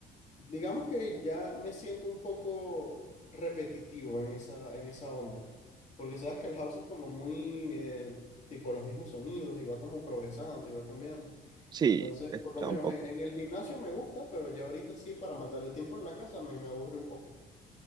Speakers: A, on the left; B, on the right.
A: digamos que ya me siento un poco repetitivo en esa, en esa onda, porque sabes que el house es como muy eh, tipo los mismos sonidos y va como progresando y va cambiando.
B: Sí,
A: Entonces,
B: he escuchado
A: por lo menos
B: un poco.
A: en, en el gimnasio me gusta, pero ya ahorita sí, para matar el tiempo en la casa me, me aburre un poco.